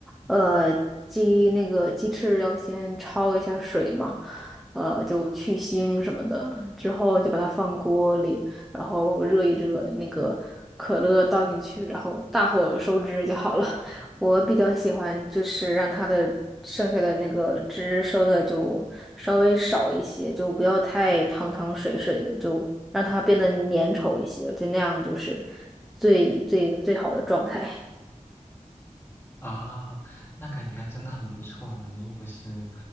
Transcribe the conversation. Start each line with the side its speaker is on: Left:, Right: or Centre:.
Centre: 呃，鸡那个鸡翅要先焯一下水嘛，呃，就去腥什么的，之后就把它放锅里，然后热一热，那个可乐倒进去，然后大火收汁就好了。<laughs> 我比较喜欢就是让它的剩下的那个汁收的就稍微少一些，就不要太汤汤水水的，就让它变得粘稠一些，我觉得那样就是最最最好的状态。
Left: 啊，那感觉还真的很不错呢。如果是，